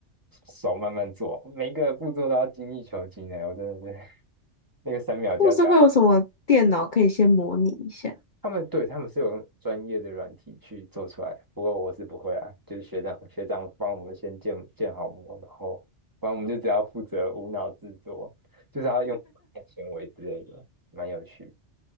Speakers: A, on the right (about 15°); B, on the left (about 45°).
A: 手慢慢做，每一个步骤都要精益求精的。我真的是 <laughs> 那个三秒胶带
B: 或是会有什么电脑可以先模拟一下？
A: 他们对他们是有用专业的软体去做出来，不过我是不会啊，就是学长学长帮我们先建建好模，然后反正我们就只要负责无脑制作，就是要用行纤维之类的，蛮有趣，